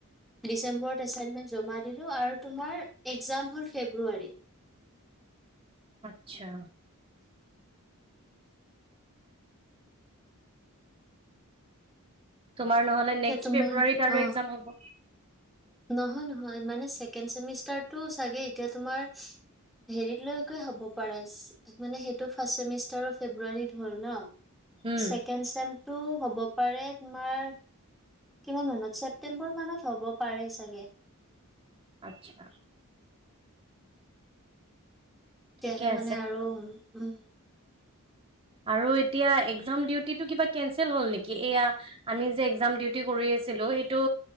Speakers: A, in the centre; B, on the right (about 25°).
A: ডিচেম্বৰত এছাইনমেণ্ট। আৰু তোমাৰ একজাম হল ফেব্ৰুৱাৰী।
B: আতছা। তোমাৰ নহ'লে নেক্সট
A: এতিয়া তোমাৰ
B: ফেব্ৰুৱাৰীত আৰু
A: অ
B: এক্জাম হ'ব।
A: নহয় নহয় মানে ছেকেণ্ড চেমিষ্টাৰটো চাগে এতিয়া তোমাৰ। হেৰিত লৈকে হ'ব পাৰে মানে সেইটো ফাৰ্ষ্ট চেমিষ্টাৰৰ ফেব্ৰুৱাৰীত হ'ল ন।
B: উম।
A: ছেকেণ্ড চেমটো হ'ব পাৰে তোমাৰ। কিমান মানত ছেপ্তেম্বৰ মানত হ'ব পাৰে চাগে।
B: আচ্ছা, ঠিকে
A: তেতিয়াহে
B: আছে।
A: মানে আৰু উম।
B: আৰু এতিয়া একজাম ডিউটিটো কিবা কেনচেল হল নেকি এয়া আমি যে একজাম ডিউটি কৰি। ছিলো সেইটো